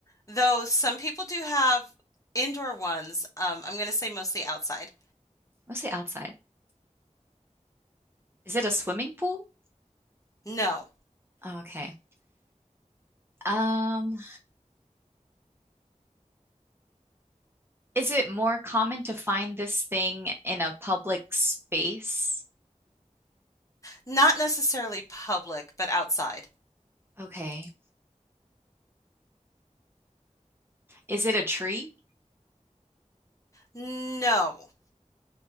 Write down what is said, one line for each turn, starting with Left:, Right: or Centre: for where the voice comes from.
Left: Though some people do have indoor ones. Um, I'm going to say mostly outside.
Right: let's say outside. Is it a swimming pool?
Left: No,
Right: Oh, Okay. Um, is it more common to find this thing in a public space?
Left: not necessarily public, but outside.
Right: Okay. Is it a tree?
Left: No.